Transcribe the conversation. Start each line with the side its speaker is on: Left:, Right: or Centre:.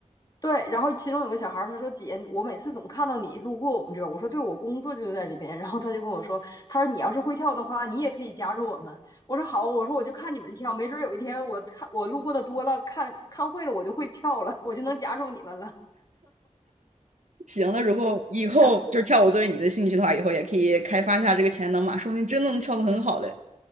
Left: 对，然后其中有个小孩儿，他说：“姐，我每次总看到你路过我们这边儿。”我说：“对，我工作就在这边。”然后他就跟我说：“他说你要是会跳的话，你也可以加入我们。”我说：“好。”我说：“我就看你们跳，没准儿有一天我看我路过的多了，看看会了，我就会跳了，我就能加入你们了。”
Right: 行了，如果以后就是跳舞作为你的兴趣的话，
Left: 行，
Right: 以后也可以开发一下这个潜能嘛，说不定真的能跳得很好嘞。